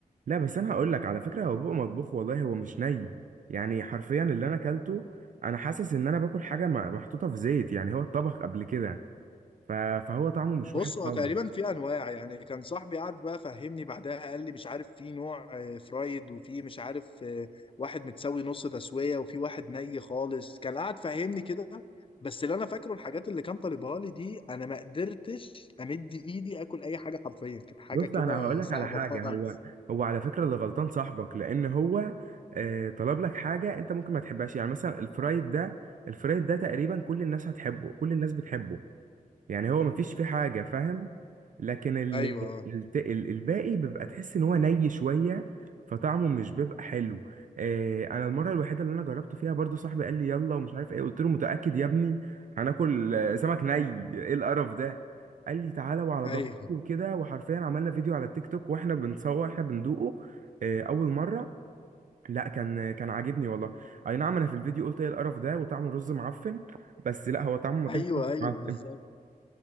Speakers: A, on the right; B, on the left.
A: لا بس انا هقولك على فكرة هو بيبقى مطبوخ والله هو مش ني يعني حرفيا اللي انا اكلته انا حاسس ان انا باكل حاجة م- محطوطة في زيت يعني هو اتطبخ قبل كده ف- فهو طعمه مش
B: بص
A: وحش
B: هو
A: خالص
B: تقريبا في انواع يعني كان صاحبي قعد بقى فهمني بعدها قال لي مش عارف في نوع آه، فرايد وفي مش عارف آه، واحد متسوي نص تسويه وفي واحد ني خالص كان قعد فهمني كده بس اللي انا فاكره الحاجات اللي كان طالبها لي دي انا ما قدرتش امد ايدي اكل اي حاجه حرفيا كانت حاجه
A: بص
B: كده
A: انا هقول لك
B: صعبه
A: على حاجه
B: خالص
A: هو هو على فكره اللي غلطان صاحبك لان هو آه، طلب لك حاجه انت ممكن ما تحبهاش يعني مثلا الفرايد ده الفرايد ده تقريبا كل الناس هتحبه كل الناس بتحبه يعني هو مفيش فيه حاجة فاهم لكن ال...
B: ايوه آه،
A: الت- ال... الباقي بيبقى تحس ان هو ني شوية فطعمه مش بيبقى حلو آه انا المرة الوحيدة اللي انا جربته فيها برضو صاحبي قال لي يلا ومش عارف ايه قلت له متأكد يا ابني هناكل آه، سمك ني ايه القرف ده قال لي تعالى وعلى
B: ايوه
A: ضمانتي وكده وحرفيا عملنا فيديو على التيك توك واحنا بنصور احنا بندوقه آه اول مرة لا كان كان عاجبني والله اي نعم انا في الفيديو قلت ايه القرف ده وطعمه رز معفن بس لا هو طعمه ما
B: ايوه
A: كانش رز
B: ايوه
A: معفن
B: بالظبط